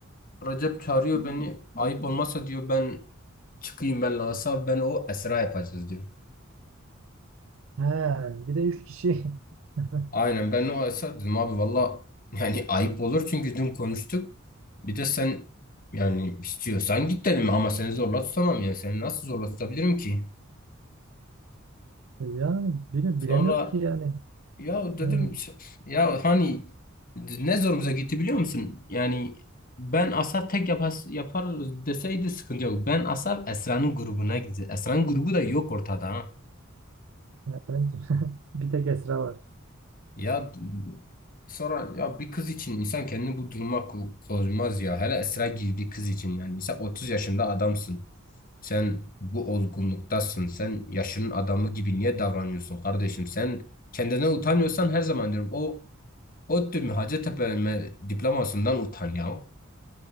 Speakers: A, on the left; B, on the right.
A: Recep çağırıyor beni. Ayıp olmazsa diyor ben çıkayım ben Asa ben o Esra yapacağız diyor.
B: He, bir de üç kişi. <laughs>
A: Aynen ben o Esra dedim abi valla yani ayıp olur çünkü dün konuştuk. Bir de sen yani istiyorsan git dedim ama seni zorla tutamam yani seni nasıl zorla tutabilirim ki?
B: Yani bile-
A: Sonra
B: bilemiyorum ki yani.
A: ya dedim
B: Ha,
A: ya hani ne zorumuza gitti biliyor musun? Yani ben Asa tek yapar, yapar deseydi sıkıntı yok. Ben Asa Esra'nın grubuna gideceğiz. Esra'nın grubu da yok ortada ha.
B: ya bence <laughs> bir tek Esra var.
A: Ya sonra ya bir kız için insan kendini bu duruma ko- koymaz ya. Hele Esra gibi bir kız için yani. Sen 30 yaşında adamsın. Sen bu olgunluktasın. Sen yaşının adamı gibi niye davranıyorsun kardeşim? Sen kendine utanıyorsan her zaman diyorum o ODTÜ mü Hacettepe mi diplomasından utan ya.